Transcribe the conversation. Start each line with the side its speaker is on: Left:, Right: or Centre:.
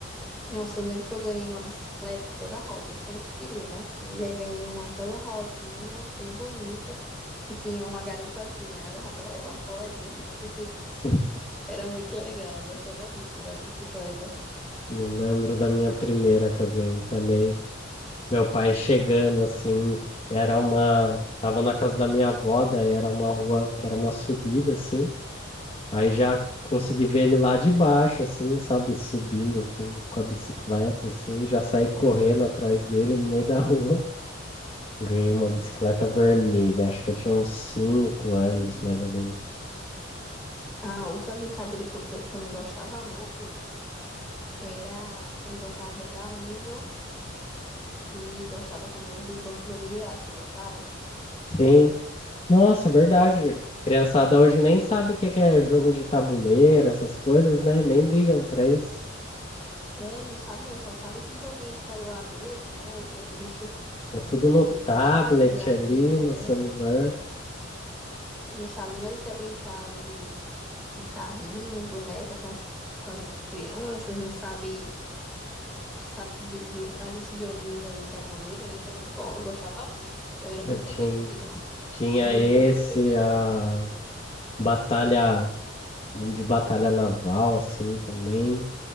Centre: Nossa, eu lembro que eu ganhei uma bicicleta toda rosa. Eu sempre queria, né? Queria, ganhei uma toda rosinha, bem bonita, que tinha uma garupazinha, né? Dava pra levar um coleguinha. <laughs>
Left: <laughs>
Centre: Era muito legal, eu gostava muito de andar de bicicleta.
Left: Eu lembro da minha primeira que eu ganhei também. Meu pai chegando assim, era uma. Tava na casa da minha avó, daí era uma rua que era uma subida, assim. Aí já consegui ver ele lá de baixo, assim, sabe? Subindo com, com a bicicleta, assim. Já saí correndo atrás dele no meio da rua. <laughs> Ganhei uma bicicleta vermelha, acho que eu tinha uns cinco anos, mais ou menos.
Centre: Ah, outra brincadeira que eu gan- também gostava muito era... Eu gostava de jogar Uno e gostava também do Banco Imobiliário. Você gostava?
Left: Sim. Nossa, verdade. Criançada hoje nem sabe o que que é jogo de tabuleiro, essas coisas, né? Nem ligam pra isso.
Centre: É, não sabe não, só sabe esse joguinho do celular mesmo, né? Jogo de
Left: É tudo no
Centre: de
Left: tablet
Centre: fases aí,
Left: ali,
Centre: é,
Left: no celular.
Centre: não sabe nem mais o que é brincar ali de, de carrinho, boneca com as, com as outras crianças, não sabe, sabe brin- brin- fazer esses joguinhos aí de tabuleiro, né, que é muito bom, eu gostava muito, eu era
Left: Eu
Centre: muito competitiva,
Left: tinha,
Centre: <laughs>
Left: tinha
Centre: queria
Left: esse,
Centre: estar sempre ganhando.
Left: a batalha, um de batalha naval, assim, também.